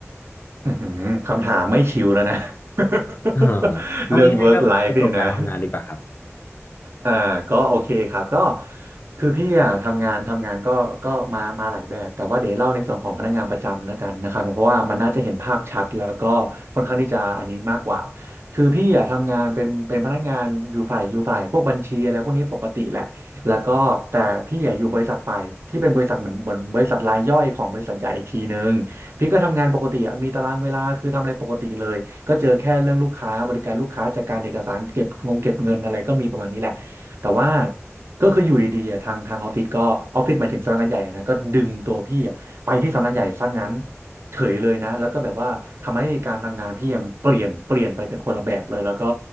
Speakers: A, on the right; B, on the left.
A: อือหือคำถามไม่ชิวแล้วนะ <laughs>
B: อ่าเอาง่ายๆก็ประสบการณ์ทำงานดีกว่าครับ
A: เรื่อง work life นี่นะ อ่าก็โอเคครับก็คือพี่อ่ะทำงานทำงานก็ก็มามาหลายแบบแต่ว่าเดี๋ยวเล่าในส่วนของพนักงานประจำแล้วกันนะครับเพราะว่ามันน่าจะเห็นภาพชัดแล้วก็ค่อนข้างที่จะอันนี้มากกว่าคือพี่อ่ะทำงานเป็นเป็นพนักงานอยู่ฝ่ายอยู่ฝ่ายพวกบัญชีอะไรพวกนี้ปกติแหละแล้วก็แต่พี่อ่ะอยู่บริษัทฝ่ายที่เป็นบริษัทเหมือนเหมือนบริษัทรายย่อยของบริษัทใหญ่อีกทีนึงพี่ก็ทำงานปกติอ่ะมีตารางเวลาคือทำอะไรปกติเลยก็เจอแค่เรื่องลูกค้าบริการลูกค้าจัดการเอกสารเก็บงงเก็บเงินอะไรก็มีประมาณนี้แหละ แต่ว่าก็คืออยู่ดีๆอะทางทางออฟฟิศก็ออฟฟิศหมายถึงสำนักงานใหญ่อะนะก็ดึงตัวพี่อะไปที่สำนักงานใหญ่ซะงั้นเฉยเลยนะแล้วก็แบบว่าทำให้การทำงานพี่อะมันเปลี่ยนเปลี่ยนไปเป็นคนละแบบเลยแล้วก็